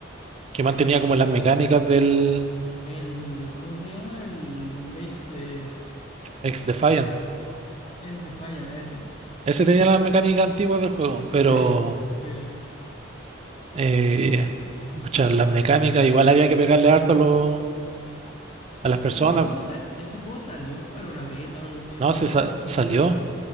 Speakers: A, on the right; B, on the left.
A: que mantenía como las mecánicas del
B: El, ¿cómo se llama? El ex, eh,
A: Ex Defiant.
B: ex Defiant, ese.
A: Ese tenía las mecánicas antiguas del juego, pero
B: Sí, sí.
A: eh, pucha, las mecánicas igual había que pegarle harto a los- a las personas.
B: Pero ese juego, sal- ese juego salió, o era una beta o algo así,
A: No,
B: no me
A: se
B: acuerdo.
A: sa- salió.